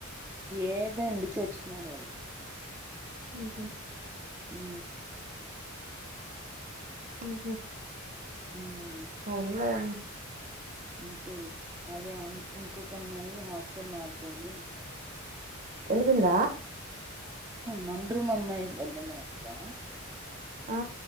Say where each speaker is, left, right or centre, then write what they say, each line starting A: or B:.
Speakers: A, on the right; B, on the right.
A: ఏదో ఎందుకు వచ్చినరు వారు
B: ఉహు
A: ఊ
B: ఉహు
A: మ్మ్
B: ఎలా <unintelligible>
A: అంతేలే అదే ఇంకొక అమ్మాయి హాస్టల్ మార్తుంది
B: తేలిసింద
A: మనరూం అమ్మాయి పెద్దదయ్యింది.
B: ఆ